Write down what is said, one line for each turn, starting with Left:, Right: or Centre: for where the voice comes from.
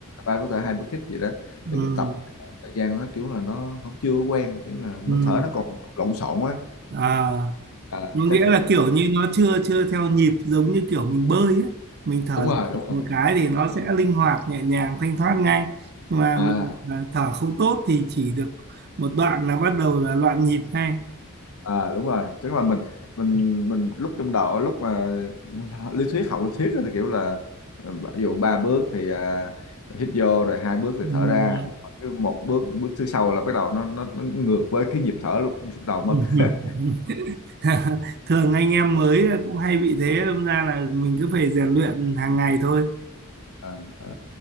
Left: ba bước thở hai bước hít gì đó
Right: ừ
Left: thì mình tập một thời gian nó kiểu là nó không chưa quen kiểu là nó
Right: ừ
Left: thở nó còn lộn xộn á
Right: à
Left: à,
Right: nghĩa
Left: chắc quên
Right: là kiểu như nó chưa chưa theo nhịp giống như kiểu mình bơi ấy mình thở
Left: đúng rồi đúng rồi,
Right: một cái thì
Left: đúng
Right: nó
Left: rồi.
Right: sẽ linh hoạt nhẹ nhàng thanh thoát ngay mà
Left: à
Right: mình à, thở không tốt thì chỉ được một đoạn là bắt đầu là loạn nhịp ngay
Left: à đúng rồi tức là mình mình mình lúc trong đầu lúc mà lý thuyết học lý thuyết á, thì kiểu là ờ, ví dụ ba bước thì à, hít vô rồi hai bước thì
Right: Ừm.
Left: thở ra cứ một bước bước thứ sau là bắt đầu nó nó, nó ngược với cái nhịp thở lúc, lúc đầu
Right: <laughs>
Left: mất <laughs>
Right: thường anh em mới là cũng hay bị thế đâm ra là mình cứ phải rèn luyện hàng ngày thôi
Left: à, à.